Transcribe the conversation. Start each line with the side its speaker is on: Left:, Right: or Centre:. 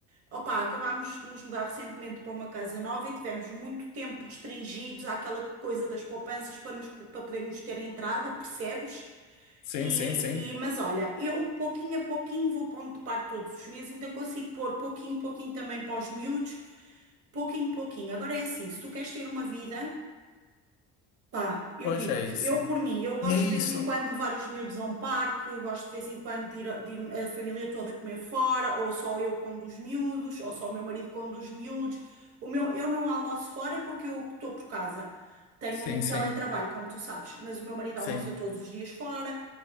Right: opá, acabámos de nos mudar recentemente para uma casa nova e tivemos muito tempo restringidos àquela coisa das poupanças para, nos, para podermos ter entrada, percebes?
Left: Sim,
Right: E,
Left: sim, sim.
Right: e- mas olha, eu pouquinho a pouquinho vou pondo de parte todos os meses, ainda consigo pôr pouquinho, pouquinho também para os miúdos, pouquinho, pouquinho. Agora é assim, se tu queres ter uma vida, pá, eu
Left: Pois
Right: digo-te,
Left: é isso.
Right: eu por mim, eu gosto
Left: E é isso.
Right: de vez em quando de levar os miúdos a um parque, eu gosto de vez em quando de ir, a de ir a família toda comer fora, ou só eu com um dos miúdos, ou só o meu marido com um dos miúdos. O meu, eu não almoço fora porque eu estou por casa. Tenho
Left: Sim,
Right: um teletrabalho,
Left: sim,
Right: como tu sabes, mas o meu marido
Left: sim.
Right: almoça todos os dias fora